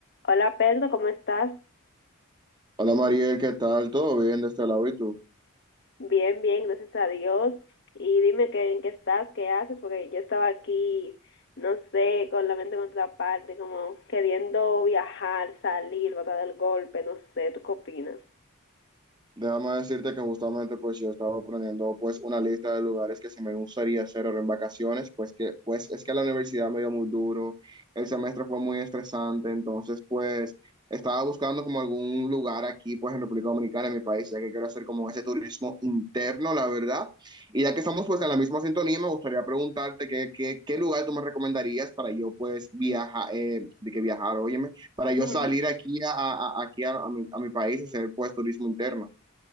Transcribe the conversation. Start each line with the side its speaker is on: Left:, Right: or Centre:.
Left: Hola Pedro, ¿cómo estás?
Right: Hola Mariel, ¿qué tal? ¿Todo bien de este lado y tú?
Left: Bien, bien, gracias a Dios. Y dime que, en qué estás, qué haces, porque yo estaba aquí, no sé, con la mente en otra parte, como queriendo viajar, salir, botar el golpe, no sé, ¿tú qué opinas?
Right: Déjame decirte que justamente pues yo estaba planeando pues una lista de lugares que se me gustaría hacer ahora en vacaciones, pues que pues es que la universidad me dio muy duro, el semestre fue muy estresante, entonces pues estaba buscando como algún lugar aquí pues en República Dominicana, en mi país, ya que quiero hacer como ese turismo interno, la verdad. Y ya que estamos pues en la misma sintonía, me gustaría preguntarte qué, qué, qué lugar tú me recomendarías para yo pues viajar, eh, de que viajar, óyeme, para yo
Left: Ujú.
Right: salir aquí a, a- a- aquí a, a mi, a mi país y hacer pues turismo interno.